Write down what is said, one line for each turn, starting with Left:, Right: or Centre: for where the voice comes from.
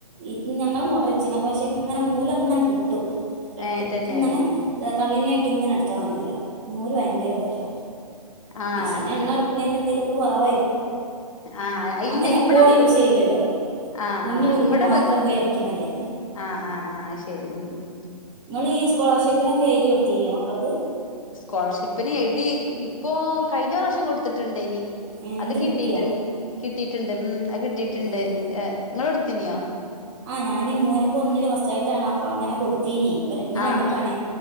Right: ഇ ഞങ്ങളും മോട്ടറ് വെച്ചിന്, പക്ഷെ ഇങ്ങനെ നൂലങ്ങനെ പൊട്ടും. എടക്കിടക്കിങ്ങനെ
Left: ഏഹ് തന്നെ
Right: കണ്ടിന്യൂ ആയിട്ട് ഇങ്ങനെ അടച്ചാൽ മതീലെ. നൂല് ഭയങ്കര പൊട്ടല
Left: ആഹ്
Right: മെഷീൻ എണ്ണ എടുക്കണേന് എന്തേലുമൊക്കെ കുറവായിരിക്കും.
Left: ആഹ് ഇല്ല
Right: അങ്ങനെ എപ്പോഴും
Left: ഇവിടെല്ലാ
Right: യൂസ് ചെയ്യൂലല്ലോ
Left: ആ
Right: തുന്നി
Left: ആ
Right: വിടുമ്പോ
Left: എവിടെ
Right: മാത്രം
Left: വ
Right: പോയി അടിക്കണല്ലേ
Left: ആ ആ ആഹ ശരി മം മം
Right: നിങ്ങള് ഈ സ്കോളർഷിപ്പിനൊക്കെ എഴുതി കൊടുത്തീന മക്കൾക്ക്.
Left: സ്കോളർഷിപ്പിന് എഴുതി, ഇപ്പോ കഴിഞ്ഞ പ്രാവശ്യം കൊടുത്തിട്ടുണ്ടേനി.
Right: ഏ എന്നിട്ട്
Left: അത് കിട്ടിട്ടു
Right: കിട്ടിയോ
Left: കിട്ടിട്ടുണ്ട്. ഉം ആ കിട്ടിട്ടുണ്ട്
Right: ഏഹ്
Left: എ ഇങ്ങള് കൊടുത്തീനോ.
Right: ആ ഞാന് മോനിപ്പോ ഒന്നിൽ ഫസ്റ്റായിട്ടാണ് അപ്പ അങ്ങനെ കൊടുത്തീന്. ഇങ്ങ രണ്ടിക്കാണ്
Left: ആഹ്